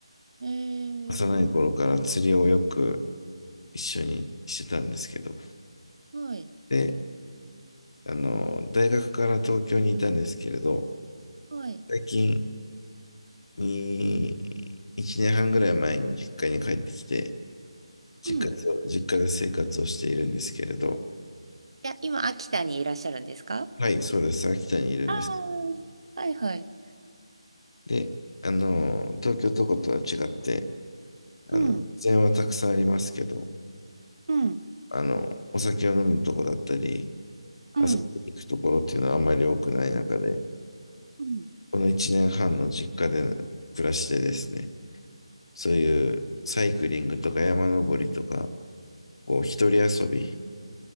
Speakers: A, on the right; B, on the left.
A: うん。
B: 幼い頃から釣りをよく
A: えー、
B: 一緒にしてたんですけど、
A: はい。
B: で、あの、大学から東京にいたんですけれど、
A: はい。
B: 最近に、1年半ぐらい前に実家に帰ってきて、実家と、
A: うん。
B: 実家で生活をしているんですけれど、
A: いや、今、秋田にいらっしゃるんですか
B: はい、そうです。秋田にいるんです。
A: あーはいはい。
B: で、あの、東京とことは違って、あの、
A: うん。
B: 自然はたくさんありますけど、
A: うん。
B: あの、お酒を飲むとこだったり、
A: うん。
B: 遊びに行くところっていうのはあまり多くない中で、
A: うん。
B: この1年半の実家での暮らしでですね、そういうサイクリングとか山登りとか、こう、一人遊び。